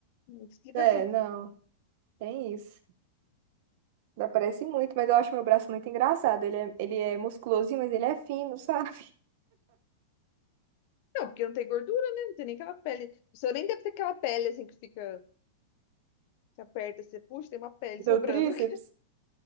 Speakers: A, on the left; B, on the right.
A: Muita explicação.
B: É, não. Tem isso. Não parece muito, mas eu acho meu braço muito engraçado. Ele é, ele é musculosinho, mas ele é fino, sabe?
A: Não, porque não tem gordura, né? Não tem nem aquela pele. O senhor nem deve ter aquela pele assim que fica. Você aperta, você puxa, tem uma pele
B: <laughs>
A: sobrando.
B: Do tríceps.
A: <laughs>